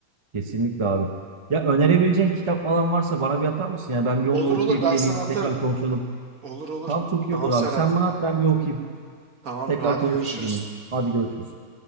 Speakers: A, on the right; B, on the right.
A: Kesinlikle abi. Ya önerebileceğin kitap falan varsa bana bir atar mısın? Ya ben bir onu
B: Olur
A: okuyup
B: olur ben
A: geleyim.
B: sana atarım.
A: Tekrar konuşalım.
B: Olur olur.
A: Tamam çok
B: Tamam
A: iyi olur abi.
B: Serhat.
A: Sen bana at ben bir okuyayım.
B: Tamamdır
A: Tekrar
B: hadi
A: konuşuruz
B: görüşürüz.
A: yine. Hadi görüşürüz.